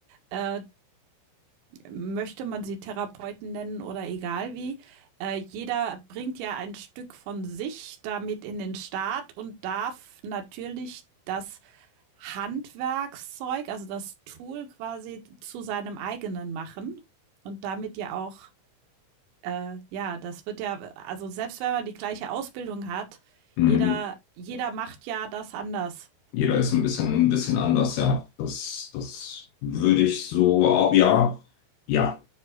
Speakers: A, on the right; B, on the left.
A: äh, möchte man sie Therapeuten nennen oder egal wie, äh, jeder bringt ja ein Stück von sich damit in den Staat und darf natürlich das Handwerkszeug, also das Tool quasi zu seinem eigenen machen und damit ja auch, äh, ja, das wird ja, also selbst wenn man die gleiche Ausbildung hat,
B: Mhm.
A: jeder, jeder macht ja das anders.
B: Jeder ist ein bisschen, ein bisschen anders, ja. Das, das würde ich so, auch, ja, ja,